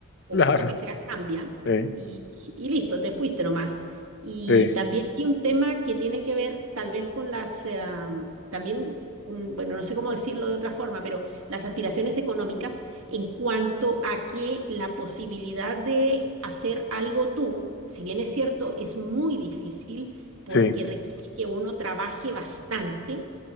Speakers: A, on the right; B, on the left.
A: o,
B: claro,
A: o lo que sea cambia
B: sí,
A: y, y- y listo, te fuiste nomás. Y
B: sí,
A: también hay un tema que tiene que ver tal vez con las, eh, am, también, mm, bueno, no sé cómo decirlo de otra forma, pero las aspiraciones económicas en cuanto a que la posibilidad de hacer algo tú, si bien es cierto, es muy difícil porque
B: sí,
A: requiere que uno trabaje bastante.